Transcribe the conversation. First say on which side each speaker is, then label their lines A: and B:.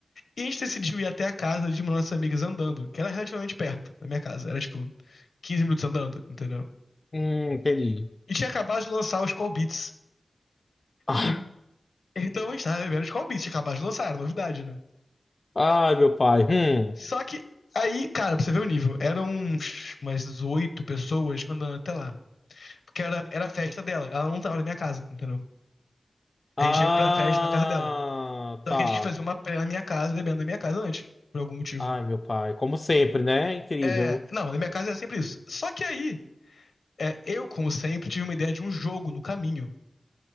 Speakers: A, on the left; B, on the left.
A: e a gente decidiu ir até a casa de uma das nossas amigas andando, que era relativamente perto da minha casa, era tipo 15 minutos andando, entendeu?
B: hum, entendi.
A: E tinha acabado de lançar os Call Beats.
B: <laughs>
A: E- Então a gente tava bebendo os Call Beats, tinha acabado de lançar, era novidade, né?
B: Ah, ai, meu pai. Hum.
A: Só que aí, cara, pra você ver o nível, eram uns- umas oito pessoas andando até lá. Porque era, era a festa dela, ela não tava na minha casa, entendeu?
B: Ah,
A: A gente ia pra festa na casa dela.
B: tá.
A: Só que a gente quis fazer uma praia na minha casa, bebendo na minha casa antes, por algum motivo.
B: Ai, meu pai. Como sempre, né? Incrível.
A: É, não, na minha casa era sempre isso. Só que aí, é, eu, como sempre, tive uma ideia de um jogo no caminho.